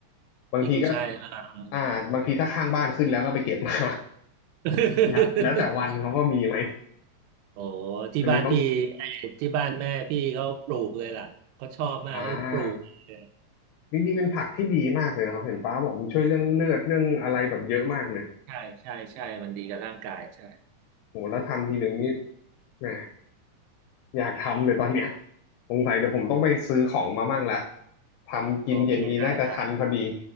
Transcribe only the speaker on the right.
จริงๆใช่อ่า
<laughs>
โอ้โหที่บ้านพี่
ที่บ้านแม่พี่เขาปลูกเลยล่ะเขาชอบมากเขาปลูกเลย
ใช่ใช่ใช่มันดีกับร่างกายใช่
โอเคได้ได้